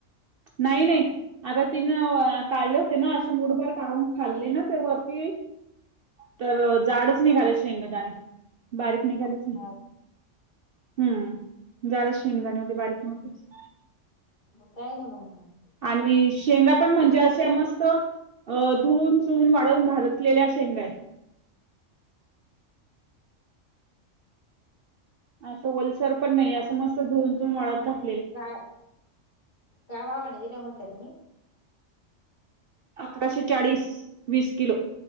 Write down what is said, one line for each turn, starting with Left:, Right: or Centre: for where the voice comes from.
Right: नाही नाही आता तिन काढले होते ना अशी मुठभर काहून खाल्ले ना ते वरती तर जाडच नाहीघालाय शेंगदाने बारीक निघाले च नाही
Left: हा
Right: हम्म जाडच शेंगदाणे. बारीक नव्हते.
Left: म काय नाही म
Right: आणि शेंगा पण म्हणत मस्त धुन चून वाढवून घललेल्या शेंगायत. <unintelligible> असं ओलसर पण नाही असं मस्त धुन चुन वळत घात
Left: काय काय भावाने दिल्या म्हटलं तुम्ही?
Right: अकराशे चाळीस वीस किलो.